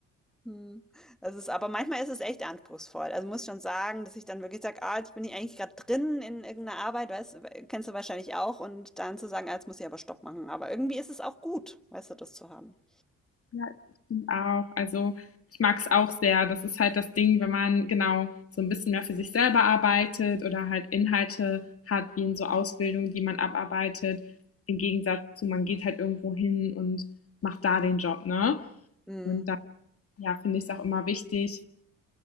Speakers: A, in the centre; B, on the left (about 40°).
A: Hm. Das ist, aber manchmal ist es echt anspruchsvoll. Also muss schon sagen, dass ich dann wirklich sage, ah, jetzt bin ich eigentlich gerade drin in irgendeiner Arbeit, weißt, kennst du wahrscheinlich auch, und dann zu sagen, ah, jetzt muss ich aber Stopp machen. Aber irgendwie ist es auch gut, weißt du, das zu haben.
B: Ja, ich bin auch. Also ich mag es auch sehr. Das ist halt das Ding, wenn man genau so ein bisschen mehr für sich selber arbeitet oder halt Inhalte hat, wie in so Ausbildungen, die man abarbeitet. Im Gegensatz zu, man geht halt irgendwo hin und macht da den Job, ne?
A: Hm.
B: Und da, ja, finde ich es auch immer wichtig,